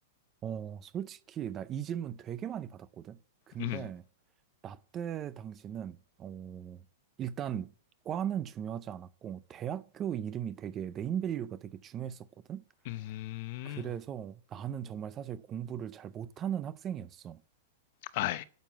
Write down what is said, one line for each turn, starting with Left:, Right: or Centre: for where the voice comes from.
Right: 어, 솔직히 나 이 질문 되게 많이 받았거든? 근데
Left: 음,
Right: 나 때 당시는, 어, 일단 과는 중요하지 않았고, 대학교 이름이 되게 네임밸류가 되게 중요했었거든?
Left: 음,
Right: 그래서 나는 정말 사실 공부를 잘 못하는 학생이었어.
Left: 아이,